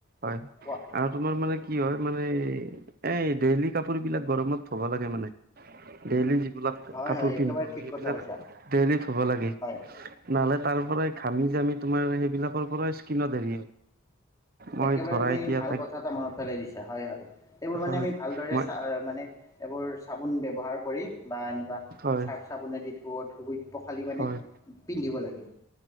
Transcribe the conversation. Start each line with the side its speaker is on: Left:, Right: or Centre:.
Right: হয়
Left: কোৱা
Right: আৰু তোমাৰ মানে কি হয় মানে এ ডেইলি কাপোৰ বিলাক গৰমত থ'ব লাগে মানে ডেইলি লাক
Left: হয়
Right: কাপোৰ
Left: হয় একেবাৰে
Right: পিন্ধো আমি
Left: ঠিক
Right: সেইবিলাক
Left: কথা কৈছা
Right: ডেইলি ধুব লাগে
Left: হয়
Right: নহলে তাৰ পৰাই ঘামি আমি তোমাৰ সেইবিলাকৰ পৰা স্কিনত হেৰি মই
Left: একেবাৰে
Right: ধৰা
Left: তুমি
Right: এতিয়া
Left: ভাল
Right: তাক
Left: কথা এটা মনত পেলাই দিছা হয় হয় এইবোৰ মানে
Right: হয়
Left: আমি ভালদৰে
Right: মই
Left: চা মানে এইবোৰ চাবোন ব্যৱহাৰ কৰি বা এনেকোৱা
Right: হয়
Left: চাৰ্ফ চাবোনে দি ধুই ধুব পখালি মানে
Right: হয়
Left: পিন্ধিব লাগে